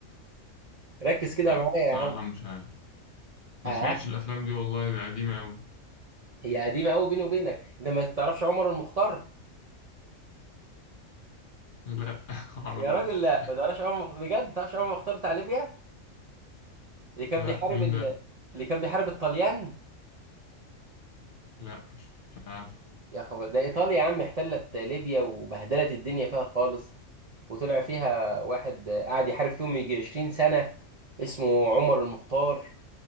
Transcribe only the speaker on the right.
ركز كده
معايا
يا
عم
هي قديمه قوي بيني وبينك انت ما تعرفش عمر المختار
يا راجل لا ما تعرفش عمر المخ- بجد ما تعرفش عمر المختار بتاع ليبيا اللي كان
بيحارب
ال...
اللي كان بيحارب الطليان
يا خبر ده ايطاليا يا عم احتلت ليبيا وبهدلت الدنيا فيها خالص وطلع فيها واحد قعد يحارب فيهم يجي 20 سنه اسمه عمر المختار